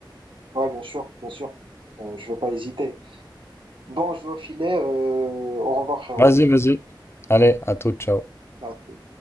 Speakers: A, on the right; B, on the left.
A: Ouais, bien sûr, bien sûr. Euh, je vais pas hésiter. Bon, je dois filer. Euh, au revoir, frérot.
B: Vas-y, vas-y. Allez, à tout, ciao.
A: À tout.